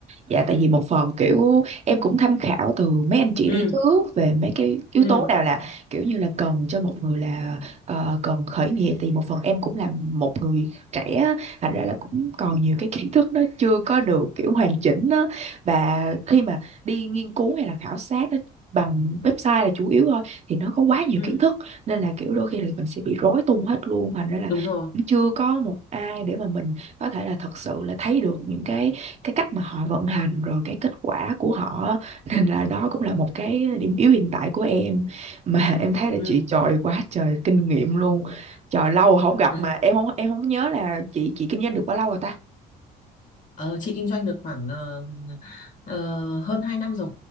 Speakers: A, on the right (about 40°); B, on the left (about 50°).
A: dạ tại vì một phần kiểu em cũng tham khảo từ mấy anh chị
B: ừ
A: đi trước về mấy cái yếu
B: ừ
A: tố nào là kiểu như là cần cho một người là ờ, cần khởi nghiệp thì một phần em cũng là một người trẻ á, thành ra là cũng còn nhiều cái kiến thức nó chưa có được kiểu hoàn chỉnh đó. Và khi mà đi nghiên cứu hay là khảo sát á, bằng website là chủ yếu thôi thì nó có quá nhiều
B: ừ
A: kiến thức nên là kiểu đôi khi là mình sẽ bị rối tung hết luôn thành ra là
B: đúng rồi
A: cũng chưa có một ai để mà mình có thể là thật sự là thấy được những cái cái cách mà họ vận hành rồi cái kết quả của họ nên là đó cũng là một cái điểm yếu hiện tại của em mà <laughs> em thấy là
B: ừ
A: chị trời quá trời kinh nghiệm luôn trời lâu rồi không gặp
B: Đấy.
A: mà em không em không nhớ là chị chị kinh doanh được bao lâu rồi ta
B: ờ, chị kinh doanh được khoảng ờ, ờ, hơn 2 năm rồi